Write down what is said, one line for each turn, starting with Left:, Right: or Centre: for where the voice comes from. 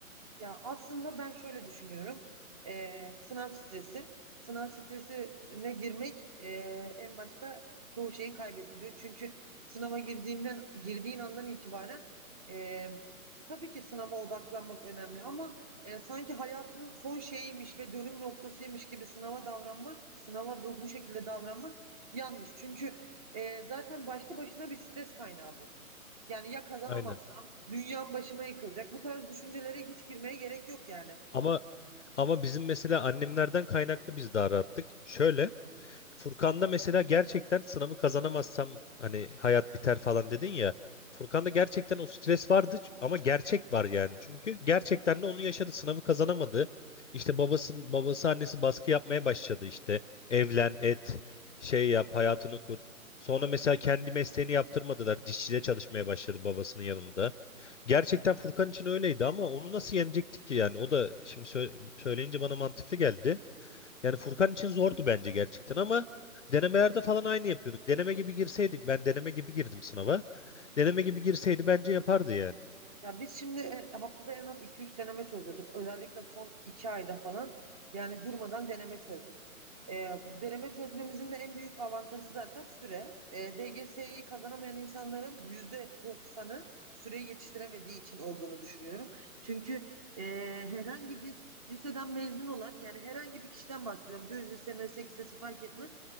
Right: Ya aslında ben şöyle düşünüyorum. Ee, sınav stresi. Sınav stresine girmek e, en başta çoğu şeyi kaybettiriyor. Çünkü sınava girdiğinden girdiğin andan itibaren e, tabii ki sınava odaklanmak önemli ama e, sanki hayatının son şeyiymiş ve dönüm noktasıymış gibi sınava davranmak, sınava bu, bu şekilde davranmak yanlış. Çünkü e, zaten başlı başına bir stres kaynağı bu. Yani ya kazanamazsam
Left: Aynen.
Right: dünyam başıma yıkılacak. Bu tarz düşüncelere hiç girmeye gerek yok yani.
Left: Ama ama bizim mesela annemlerden kaynaklı biz daha rahattık. Şöyle Furkan'da mesela gerçekten sınavı kazanamazsam hani hayat biter falan dedin ya. Furkan'da gerçekten o stres vardı ç- ama gerçek var yani. Çünkü gerçekten de onu yaşadı. Sınavı kazanamadı. İşte babası babası annesi baskı yapmaya başladı işte. Evlen, et, şey yap, hayatını kur. Sonra mesela kendi mesleğini yaptırmadılar. Dişçide çalışmaya başladı babasının yanında. Gerçekten Furkan için öyleydi ama onu nasıl yenecektik ki yani? O da şimdi sö- söyleyince bana mantıklı geldi. Yani Furkan için zordu bence gerçekten ama denemelerde falan aynı yapıyorduk. Deneme gibi girseydik, ben deneme gibi girdim sınava. Deneme gibi girseydi bence yapardı yani.
Right: Ya biz şimdi e, haftada en az iki üç deneme çözüyorduk. Özellikle son 2 ayda falan yani durmadan deneme çözdük. E, deneme çözmemizin de en büyük avantajı zaten süre. E, DGS'yi kazanamayan insanların yüzde doksanı süreyi yetiştiremediği için olduğunu düşünüyorum. Çünkü e, herhangi bir liseden mezun olan yani herhangi bir kişiden bahsediyorum. Düz lise, meslek lisesi fark etmez.